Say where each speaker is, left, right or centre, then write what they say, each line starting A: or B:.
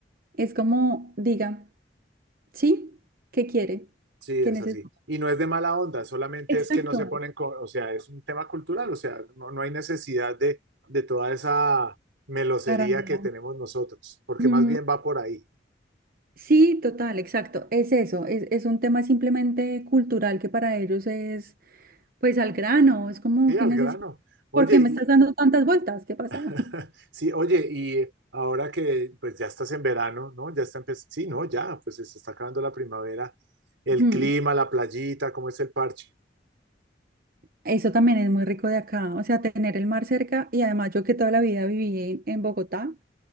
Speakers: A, on the right; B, on the right.
A: es como, diga, ¿sí? ¿Qué quiere?
B: Sí, es
A: ¿Qué necesita?
B: así. Y no es de mala onda, solamente
A: Exacto,
B: es que no se ponen con, o sea, es un tema cultural, o sea, no, no hay necesidad de, de toda esa melosería
A: Arandela.
B: que tenemos nosotros, porque
A: Mm,
B: más bien va por ahí,
A: sí, total, exacto, es eso, es, es un tema simplemente cultural que para ellos es Pues al grano, es como
B: sí, al
A: que necesito.
B: grano. Oye,
A: ¿Por qué me
B: y-
A: estás dando tantas vueltas? ¿Qué pasa?
B: <laughs>
A: <laughs>
B: sí, oye, y ahora que pues ya estás en verano, ¿no? Ya está empezando, sí, no, ya, pues se está acabando la primavera, el
A: Ujú.
B: clima, la playita, ¿cómo es el parche?
A: Eso también es muy rico de acá, o sea, tener el mar cerca y además yo que toda la vida viví en, en Bogotá,